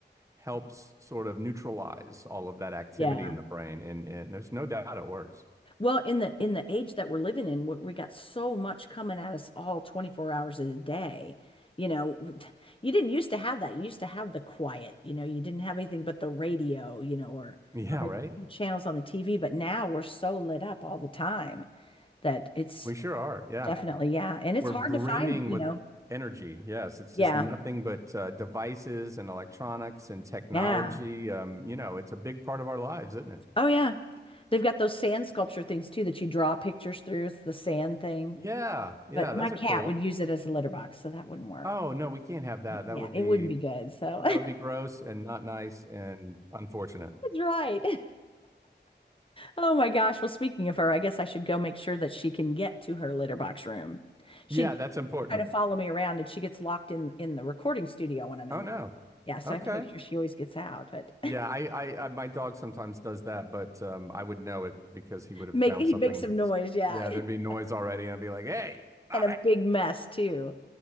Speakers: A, on the right; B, on the left.
A: helps sort of neutralize all of that activity
B: Yeah.
A: in the brain, and and there's no doubt it works.
B: Well, in the in the age that we're living in, we we got so much coming at us all 24 hours a day. You know, you didn't used to have that. You used to have the quiet, you know, you didn't have anything but the radio, you know, or
A: Yeah,
B: or maybe
A: right.
B: a few channels on the TV, but now we're so lit up all the time that it's
A: We sure are. Yeah.
B: definitely, yeah, and it's
A: We're
B: hard
A: brimming
B: to find, you
A: with
B: know.
A: energy. Yes, it's just
B: Yeah.
A: nothing but uh, devices and electronics and technology.
B: Yeah.
A: Um, you know, it's a big part of our lives, isn't it?
B: Oh yeah. They've got those sand sculpture things too that you draw pictures through. It's the sand thing.
A: Yeah, yeah,
B: But my
A: those
B: cat
A: are cool.
B: would use it as a litter box, so that wouldn't work.
A: Oh no, we can't have that.
B: Yeah,
A: That would
B: it
A: be
B: wouldn't be good. So
A: that
B: <laughs> that's
A: would be gross and not nice and unfortunate.
B: right. Oh my gosh. Well, speaking of her, I guess I should go make sure that she can get to her litter box room. She'd
A: Yeah, that's important.
B: try to follow me around and she gets locked in in the recording studio when I'm
A: Oh
B: in there.
A: no.
B: Yeah, so
A: Okay.
B: I have to make sure she always gets out, but <laughs>
A: Yeah, I, I, I my dog sometimes does that, but um, I would know it because he would have
B: make
A: found
B: he'd
A: something.
B: make some noise, yeah.
A: Yeah, there'd
B: <laughs>
A: be noise already, and I'd be like, "Hey, stop
B: And a
A: it!"
B: big mess too.